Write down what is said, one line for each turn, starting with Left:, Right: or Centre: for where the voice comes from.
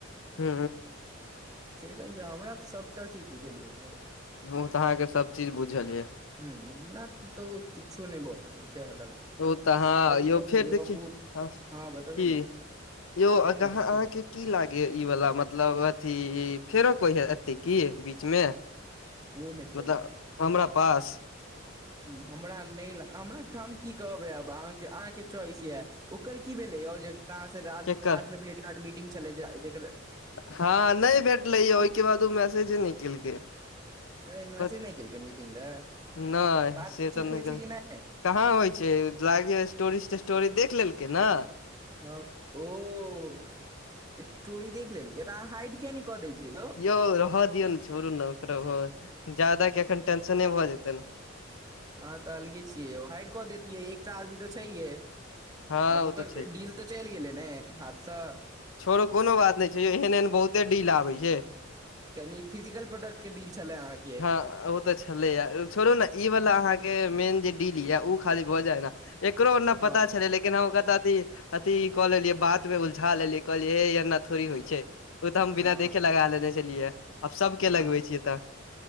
Left: हू
Right: से कहिया हमरा तऽ सभटा चीज बुझलय यो
Left: हू तऽ अहाँ के सब चीज बुझल यऽ
Right: हू हमरा सऽ तऽ किछु नहि नै भऽ सकै छै अलग
Left: ओ तऽ आहाँ
Right: आओर बतबियौ
Left: यौ फेर दिखि
Right: ओ
Left: हऽ कि
Right: हँ बतबी ने
Left: यौ आइ
Right: नहि नहि
Left: तऽ अहाँ
Right: किछो
Left: अहाँके
Right: नहि
Left: की लागे ई वाला मतलब अथी फेरो कोई ह एते की बीच मे
Right: ओ नहि
Left: मतलब
Right: ते
Left: हमरा पास
Right: हमरा नै ला हमरा हम की कहबै आब अहाँके अहाँके च्वाइस यऽ ओकर की भेलै यो जकरा अहाँ सऽ राज
Left: केकर
Right: राजमे भेट घाट मीटिंग छलै जे जेक
Left: हँ नहि भेटले यौ ओहिके बाद ओ मैसेजे नै केलकै
Right: ऐह मैसेज
Left: पत
Right: नै केलकै मीटिंग लऽ
Left: नहि
Right: बातचीत
Left: से तऽ नहि
Right: होइ
Left: केल
Right: छै कि नै
Left: कहाँ होइ छै लागैये स्टोरी तेस्टोरी देख लेलकै नऽ
Right: हँ ओ स्टोरी देख लेलकै तऽ अहाँ हाइट किये नै कऽ दै छियै यो
Left: यौ रहदियौ नऽ छोड़ु नऽ ओकरो ज्यदा कऽ एखन टेंशने भऽ जेतै नऽ
Right: हँ तऽ अलगे छियै यौ हाइट कऽ देैतियै एकसै आदमी तऽ छैहे
Left: हँ
Right: आब
Left: ओ
Right: ओकर
Left: तऽ छै
Right: डील तऽ चैल गेलइ ने हाथ सऽ
Left: छोरू कोनो बात नै छै एहन एहन बहुते डील आबै छै
Right: तहन इ फिजिकल प्रोडक्ट के डील छलै अहाँके
Left: हँ ओ तऽ छलैया छोड़ू ने ई वाला अहाँके मेन जे डील यऽ उ खाली भऽ जाइ ने एकरो नहि
Right: वाह
Left: पता छलै लेकिन हम इ अथी क लेलियै बात मे उलझा लेलियै कहलियै हे एना थोड़ी होइ छै ओ तऽ हम
Right: हँ
Left: बिना देखे लगा लेने छलियै आब सबके
Right: हँ हँ
Left: लगबै छियै तऽ